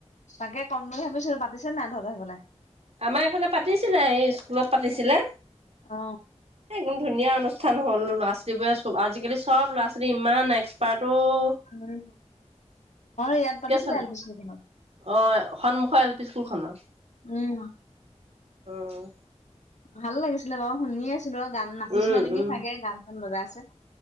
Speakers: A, on the left; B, on the right.
A: তাকে কম বুলি ভাবিছোঁ পাতিছে নাই তহঁতৰ সাইফালে।
B: আমাৰ এইফালে পাতিছিলে এই স্কুলত পাতিছিলে।
A: অ।
B: একদম ধুনীয়া অনুষ্ঠান হ'ল ল'ৰা ছোৱালী বোৰে চব আজিকালি চব ল'ৰা ছোৱালী ইমান এক্সপাৰ্টো ও।
A: আমাৰ ইয়াত পাতিছিলে
B: চাব
A: এলপিছত।
B: অ সন্মুখৰ এল পি স্কুলখনৰ।
A: উম।
B: অ
A: ভাল লাগিছিলে বাৰু শুনিয়ে আছিলো আৰু গান নাচিছিলে
B: উম
A: নেকি
B: উম
A: চাগে গানখন বজাই আছে।